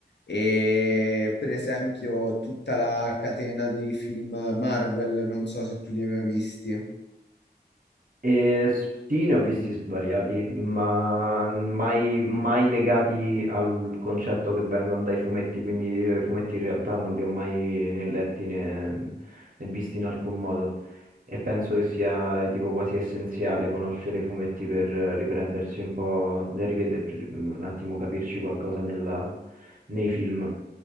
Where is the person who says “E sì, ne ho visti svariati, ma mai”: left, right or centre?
Right